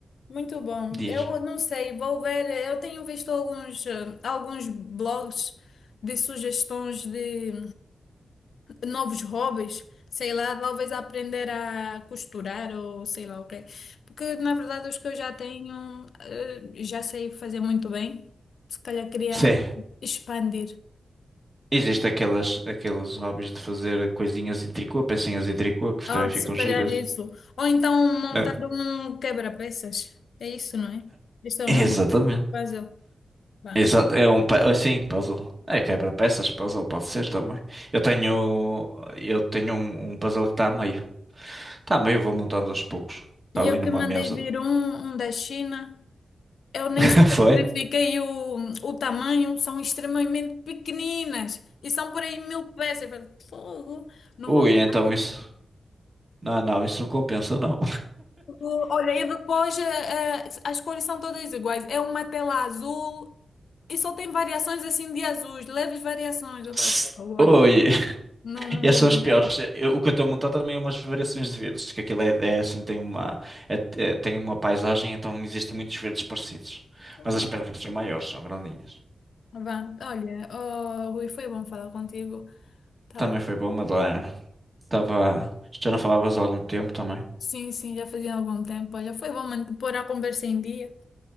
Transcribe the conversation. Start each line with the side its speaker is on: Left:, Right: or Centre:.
Left: muito bom.
Right: Diz.
Left: Eu não sei, vou ver. Eu tenho visto alguns, eh, alguns blogs de sugestões de novos hobbies, sei lá, talvez aprender a costurar ou sei lá o quê. Porque na verdade os que eu já tenho, eh, já sei fazer muito bem. Se calhar queria
Right: Sim.
Left: expandir.
Right: Existem aquelas, aqueles hobbies de fazer coisinhas em tricô, pecinhas em tricô, que
Left: Ou
Right: também ficam
Left: se calhar
Right: giras.
Left: isso. Ou então montar
Right: É.
Left: um quebra-peças. É isso, não é? Este é o
Right: Exatamente.
Left: nome. do Puzzle. Vá.
Right: Exato. É um, pa- é sim, puzzle. É quebra-peças, puzzle pode ser também. Eu tenho, eu tenho um, um puzzle que está a meio. Está a meio, vou montando aos poucos. Está
Left: E
Right: ali
Left: eu
Right: numa
Left: que mandei
Right: mesa.
Left: vir um, um da China. Eu
Right: <laughs>
Left: nem sei se
Right: Foi?
Left: eu verifiquei o, o tamanho, são extremamente pequeninas e são por aí mil peças. Eu falei, Fogo, não
Right: Ui,
Left: vou
Right: então
Left: mudar
Right: isso.
Left: isto.
Right: Não, não, isso não compensa, não.
Left: Olha, e depois eh, eh, as cores são todas iguais. É uma tela azul e só tem variações assim de azuis, leves variações. Eu
Right: <laughs>
Left: falei, Fogo, olha,
Right: Oi.
Left: não, não
Right: E Esses
Left: vou
Right: são
Left: mudar
Right: os piores.
Left: isso.
Right: Eu- o que eu estou a montar também é umas variações de verdes, que aquilo é, é assim, tem uma, é- é- tem uma paisagem, então existem muitos verdes parecidos.
Left: Fogo.
Right: Mas as pedras são maiores, são grandinhas.
Left: Vá, Olha, oh, Rui, foi bom falar contigo. Tá
Right: Também
Left: bem.
Right: foi bom, Madalena. Estava. Já não falavas há algum tempo também.
Left: Sim, sim, já fazia algum tempo. Olha, foi bom man- pôr a conversa em dia.